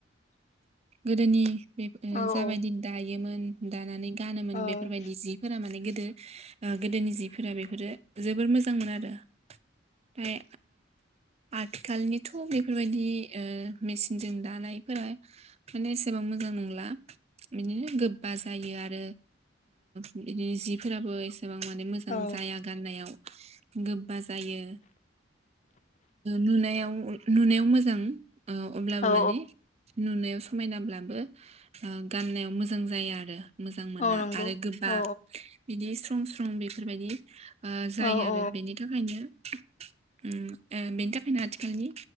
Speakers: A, on the right (about 35°); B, on the left (about 35°).
A: गोदोनि बे
B: औ
A: जाबायदि
B: औ
A: दायोमोन दानानै गानोमोन
B: औ
A: बेफोरबायदि जि फोरा माने गोदो-गोदोनि जिफोरा बेफोरो जोबोर मोजां मोन आरो। ओमफ्राय आथिखालनिथ' बेफोरबायदि मेचिनजों दानायफोरा माने एसेबां मोजां नंला बिदिनो गोबा जायो आरो बिदिनो जिफोराबो गोसेबां माने मोजां
B: औ
A: जाया गाननायाव गोबा जायो नुनायाव नुनायाव मोजां अब्लाबो
B: औ
A: माने नुनायाव समायनाब्लाबो गाननायाव मोजां जायो मोजां मोना
B: औ नंगौ
A: आरो गोबां
B: औ
A: बिदि स्रं स्रं बेफोरबायदि जायो
B: औ
A: आरो बेनि थाखाय बि थाखायनो बेनि थाखायनो आथिखालनि